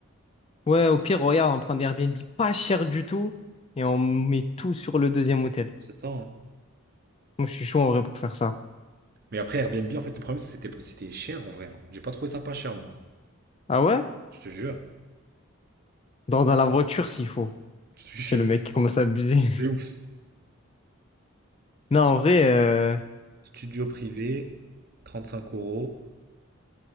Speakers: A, on the left; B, on the right.
A: Ouais, au pire, regarde, on prend des Airbnb pas cher du tout et on met tout sur le deuxième hôtel.
B: C'est ça, hein.
A: Moi, je suis chaud en vrai pour faire ça.
B: Mais après, Airbnb, en fait, le problème, c'était c'était cher en vrai. hein. J'ai pas trouvé ça pas cher, moi.
A: Ah ouais?
B: Je te jure.
A: Dans, dans la voiture s'il faut.
B: Je te jure.
A: J'ai le mec qui commence à abuser. <laughs>
B: C'est ouf.
A: Non, en vrai, euh,
B: Studio privé, 35 euros.